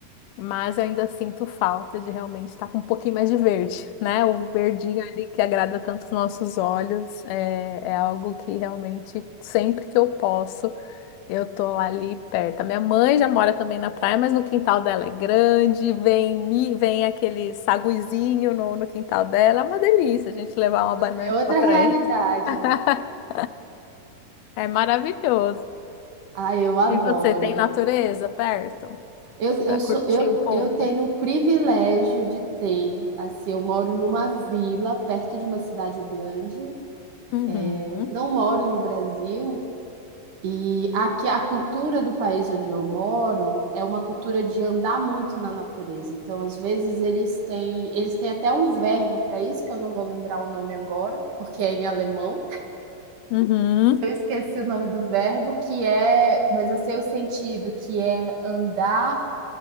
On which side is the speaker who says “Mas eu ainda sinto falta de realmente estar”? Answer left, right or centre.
Left